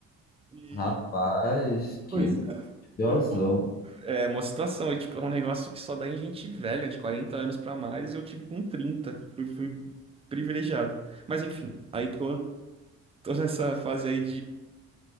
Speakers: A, on the right; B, on the left.
A: E
B: Rapaz, que
A: Pois é.
B: Gozão.
A: Pois é, bom. É uma situação, e, tipo, é um negócio que só dá em gente velha, de 40 anos pra mais, e eu tive com trinta, Fui, fui privilegiado. Mas enfim, aí tô, tô nessa fase aí